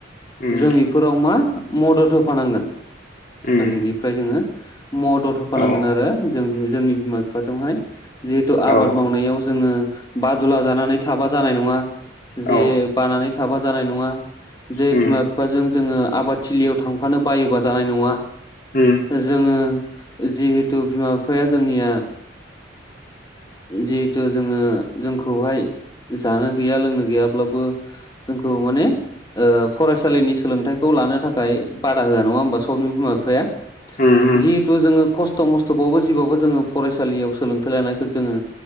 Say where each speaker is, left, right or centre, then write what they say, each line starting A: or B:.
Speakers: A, on the left; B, on the left.
A: उम
B: जों इफोराव मा मदद होफानांगोन
A: उम
B: उन्दैनिफ्राय जोङो मदद होफानांगोन
A: औ
B: आरो जों जोंनि बिमा बिफाजोंहाय जिहेथु आबाद
A: औ
B: मावनायाव जोङो बादुला जानानै थाबा जानाय नङा
A: औ
B: जे बानानै थाबा जानाय नङा जे
A: उम
B: बिमा बिफाजों जोङो आबादथिलियाव थांफानो बायोबा जानाय नङा
A: उम
B: जोङो जिहेथु बिमा बिफाया जोंनिया जिहेथु जोङो जोंखौहाय जानो गैया लोंनो गैयाब्लाबो जोंखौ माने ओ फरायसालिनि सोलोंथाइखौ लानो थाखाय ताकात बादा होआ नङा होमबा सबनिबो बिमा बिफाया
A: उम
B: जिहेथु जोडो खस्थ' खस्थ' मस्थ'बावो जिबावबो जोङो फरायसालियाव सोलोंथाइ लानायखौ जोङो।